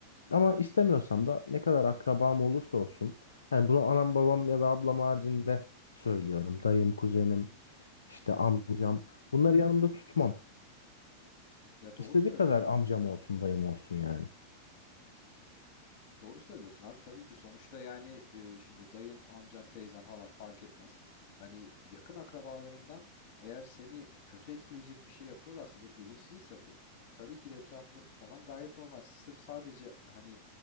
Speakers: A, on the left; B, on the left.
A: Ama istemiyorsam da ne kadar akrabam olursa olsun. Hani bunu anam babam ya da ablam haricinde söylüyorum. Dayım, kuzenim, işte amcam. Bunları yanımda tutmam.
B: Ya doğru
A: İstediği
B: söylüyorsun.
A: kadar amcam olsun, dayım olsun yani.
B: Doğru söylüyorsun abi tabii ki sonuçta yani e, şimdi dayın, amcan, teyzen, halan fark etmez. Hani yakın akrabalarından eğer seni kötü etkileyecek bir şey yapıyorlarsa ve bilinçliyse bu tabii ki de etrafında tutmaman gayet normal. Sırf sadece hani